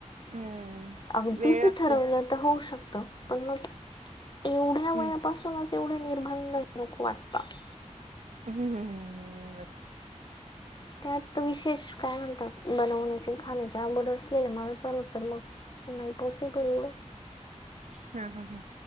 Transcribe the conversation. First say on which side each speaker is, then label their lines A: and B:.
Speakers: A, on the right; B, on the left.
A: हम्म
B: अगदीच
A: वेळ लागतो.
B: ठरवलं होऊ शकत पण मग एवढ्या वयापासूनच
A: हम्म
B: तेवढे निर्बंध नको वाटतात.
A: हम्म हम् हम्म हम् बरं
B: त्यात विशेष काय म्हणतात बनवण्याची खाण्याची आवड असलेल्या मला चालं तर मग नाहीं पोसि करूं
A: हां हां हां